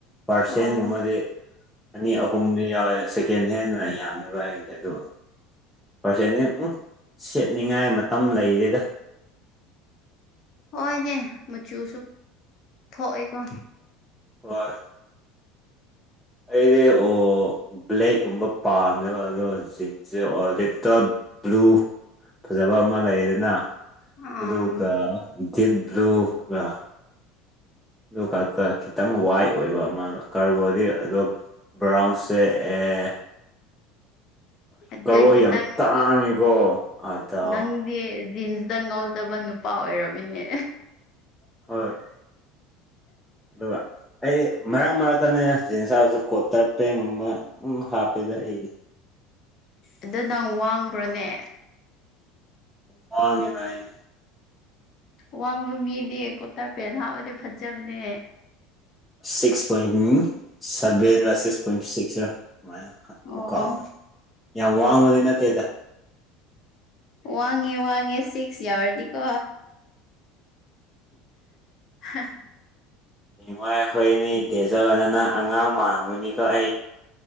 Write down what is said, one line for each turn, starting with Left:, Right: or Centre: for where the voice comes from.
Centre: ꯐꯥꯔꯁ
Left: ꯑꯣ
Centre: ꯍꯦꯟꯒꯨꯝꯕꯗꯤ ꯑꯅꯤ ꯑꯍꯨꯝꯗꯤ ꯌꯥꯎꯋꯦ ꯁꯦꯀꯦꯟ ꯍꯦꯟꯅ ꯌꯥꯝꯃꯦꯕ ꯍꯥꯏꯁꯦ ꯑꯗꯨ ꯄꯥꯔꯁꯦꯟ ꯁꯦꯠꯅꯤꯡꯉꯥꯏ ꯃꯇꯝ ꯂꯩꯔꯤꯗ
Left: ꯍꯣꯏꯅꯦ ꯃꯆꯨꯁꯨ ꯊꯣꯛꯑꯦꯀꯣ
Centre: ꯍ ꯑꯩꯗꯤ ꯑꯣ ꯕ꯭ꯂꯦꯛꯀꯨꯝꯕ ꯄꯥꯝꯃꯦꯕ ꯑꯗꯣ ꯖꯤꯟꯁꯁꯦ ꯑꯣꯔꯂꯤꯞꯇ ꯕ꯭ꯂꯨ ꯐꯖꯕ ꯑꯃ ꯂꯩꯗꯅ
Left: ꯑꯥ
Centre: ꯑꯗꯨꯒ ꯗꯤꯕ꯭ꯔꯨꯒ ꯑꯗꯨ ꯈꯛꯇ ꯈꯤꯇꯪ ꯋꯥꯏ ꯑꯣꯏꯕ ꯑꯃ ꯀꯔꯕꯣꯗꯤ ꯑꯣ ꯕ꯭ꯔꯥꯎꯟꯁꯦ ꯑꯦ
Left: ꯑꯗꯗꯤ
Centre: ꯀꯔꯣ ꯌꯥꯝ
Left: ꯅꯪ
Centre: ꯇꯥꯡꯉꯦꯀꯣ ꯑꯗ
Left: ꯅꯪꯗꯤꯦ ꯖꯤ ꯇ ꯉꯧꯗꯕ ꯅꯨꯄꯥ ꯑꯣꯏꯔꯝꯃꯤꯅꯦ
Centre: ꯍꯣꯏ ꯑꯗꯨꯒ ꯑꯩ ꯃꯔꯛ ꯃꯔꯛꯇꯅꯦ ꯖꯤꯟꯁ ꯍꯥꯏꯕꯁꯨ ꯀꯣꯇꯔ ꯄꯦꯟꯒꯨꯝꯕ ꯍꯥꯞꯄꯦꯗ ꯑꯩꯗꯤ
Left: ꯑꯗ ꯅꯪ ꯋꯥꯡꯕ꯭ꯔꯣꯅꯦ
Centre: ꯋꯥꯉꯤ ꯅꯥꯏꯅꯤ
Left: ꯋꯥꯡꯕ ꯃꯤꯗꯤ ꯀꯨꯔꯇꯥꯔ ꯄꯦꯟ ꯍꯥꯞꯄꯗꯤ ꯐꯖꯕꯅꯦ
Centre: ꯁꯤꯛꯁ ꯄꯣꯏꯟ ꯁꯦꯚꯦꯟ ꯔ ꯁꯤꯛꯁ ꯄꯣꯏꯟ ꯁꯤꯛꯁ ꯔ ꯅꯨꯡꯃꯣ
Left: ꯑꯣ
Centre: ꯃꯨꯛꯀꯥꯎꯈ ꯌꯥꯝ ꯋꯥꯡꯕꯗꯤ ꯅꯠꯇꯦꯗ
Left: ꯋꯥꯡꯉꯦ ꯋꯥꯡꯉꯦ ꯁꯤꯛꯁ ꯌꯥꯎꯔꯗꯤꯀꯣ ꯍ
Centre: ꯋꯥꯏ ꯑꯩꯈꯣꯏꯅꯤ ꯇꯦꯖꯕꯗ ꯅꯪ ꯑꯉꯥꯡ ꯃꯥꯡꯒꯅꯤꯀꯣ ꯑꯩ